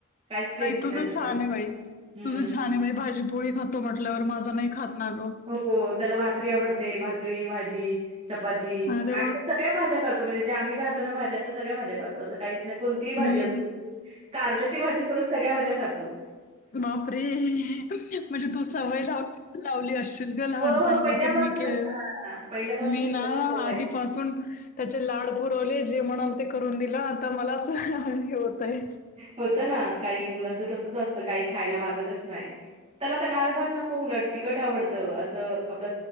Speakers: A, on the right; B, on the left.
A: काहीच टेन्शन
B: नाही तुझं
A: तसं.
B: छान आहे बाई
A: हम्म.
B: तुझं छान आहे बाई भाजीपोळी खातो म्हटल्यावर माझा नाही खात ना ग.
A: हो त्याला भाकरी आवडते भाकरी भाजी चपाती
B: अरे
A: आणि
B: वा!
A: सगळ्या भाज्या खातो म्हणजे जे आम्ही खातो ना भाज्या त्या सगळ्या भाज्या खातो अस काहीच नाही. कोणतीही भाजी
B: नाही
A: असुदे कारल्याची भाजी सोडून सगळ्या भाज्या खातो.
B: बापरे म्हणजे! तू सवय लावली लावली असशील ग लहानपणापासून
A: हो, हो. पहिल्यापासूनच
B: मी
A: हां, पहिल्यापासूनच
B: ना
A: त्याला ती सवय
B: आधीपासून
A: आहे.
B: त्याचे लाड पुरवले जे म्हणाल ते करून दिलं आता मलाच हे होतय.
A: होत ना काही मुलांच तसच असतं काही खायला मागतच नाही त्याला आता डाळ भात नको उलट तिकट आवडत असं आपला